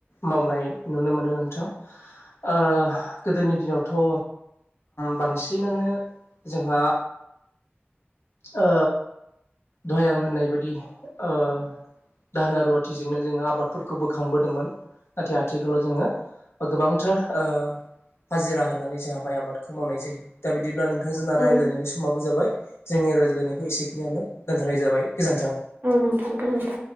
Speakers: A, on the left; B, on the right.
A: मावनाय नुनो मोनो नोंथां। ओ गोदोनि दिनाव थ' बांसिनानो जोंहा ओ दहाय आं होननाय बायदि ओ दाहोना रुवाथिजोंनो जोङो आबादफोरखौ बोखांबोदोंमोन नाथाय आथिखालाव जोङो गोबांथार ओ हाजिरा होनानै जोंहा माइ आबादखौ मावनाय जायो दा बिदिब्ला नोंथां जोंना
B: औ
A: रायज्लायनायनि समाबो जाबाय जोंनि रायज्लायनायखौ एसेखिनियावनो दोनथ'नाय जाबाय गोजोन्थों
B: औ नोंथां गोजोनथों।